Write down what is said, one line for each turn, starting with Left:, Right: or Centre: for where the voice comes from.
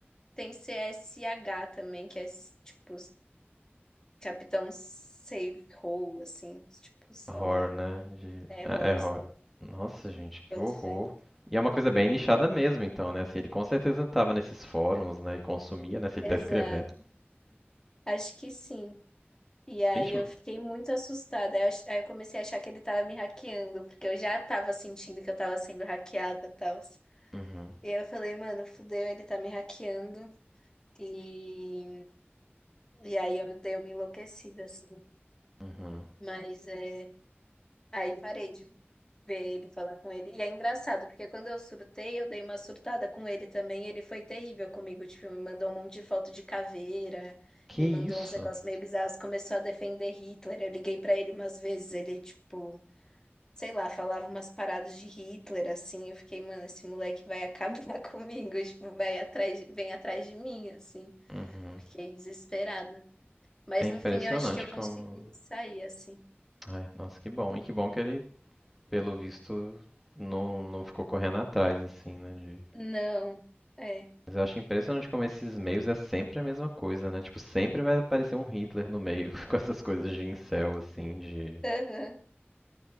Left: tem CSH também, que é tipo Capitão Save Hole, assim, tipo, salva
Centre: horror, né? De...
Left: terror,
Centre: É, é horror.
Left: sei lá,
Centre: Nossa, gente,
Left: boto
Centre: que horror.
Left: fé.
Centre: E é uma coisa bem nichada mesmo, então, né? Assim, ele com certeza tava nesses fóruns, né? E consumia, né? Se ele
Left: Exato,
Centre: tá escrevendo.
Left: acho que sim. E aí
Centre: Gente,
Left: eu fiquei muito assustada. Aí eu ach- aí eu comecei a achar que ele tava me hackeando, porque eu já tava sentindo que eu tava sendo hackeada e tal.
Centre: uhum.
Left: E eu falei, mano, fudeu, ele tá me hackeando. E, e aí eu dei uma enlouquecida, assim.
Centre: Uhum.
Left: Mas é... aí parei de ver ele, falar com ele. E é engraçado, porque quando eu surtei, eu dei uma surtada com ele também. Ele foi terrível comigo, tipo, me mandou um monte de foto de caveira,
Centre: Que
Left: me
Centre: isso?
Left: mandou uns negócios meio bizarros, começou a defender Hitler. Eu liguei pra ele umas vezes, ele, tipo, sei lá, falava umas paradas de Hitler, assim. Eu fiquei, mano, esse moleque vai acabar <laughs> comigo, tipo, vai atrás, de- vem atrás de mim, assim.
Centre: Uhum.
Left: Fiquei desesperada. Mas
Centre: É impressionante
Left: no fim eu acho que eu
Centre: como.
Left: consegui me sair, assim.
Centre: Ai, nossa, que bom. E que bom que ele, pelo visto, não, não ficou correndo atrás, assim, né? de-
Left: Não, é.
Centre: Mas eu acho impressionante como esses meios é sempre a mesma coisa, né? Tipo, sempre vai aparecer um Hitler no meio <laughs> com essas coisas de incel, assim, de.
Left: <laughs> Aham,